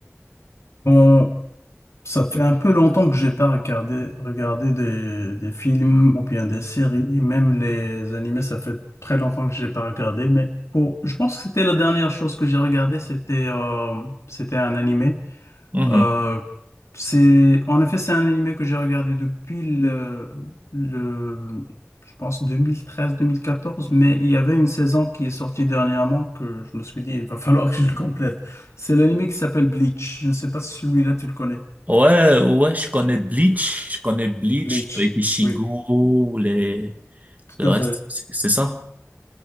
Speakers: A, on the left; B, on the right.
A: Bon, ça fait un peu longtemps que j'ai pas regardé, regardé des, des films ou bien des séries, même les animés, ça fait très longtemps que j'ai pas regardé, mais bon, je pense que c'était la dernière chose que j'ai regardée, c'était euh, c'était un animé.
B: Mhm.
A: Euh, c'est, en effet, c'est un animé que j'ai regardé depuis le, le, je pense deux deux mille treize mille quatorze mais il y avait une saison qui est sortie dernièrement que je me suis dit, il va falloir que je le complète. C'est l'animé qui s'appelle Bleach. Je ne sais pas si celui-là tu le connais.
B: Ouais, ouais, je connais Bleach, je connais Bleach
A: Bleach,
B: avec Ichigo,
A: oui,
B: les,
A: tout
B: le
A: à
B: reste,
A: fait.
B: c'est c'est ça?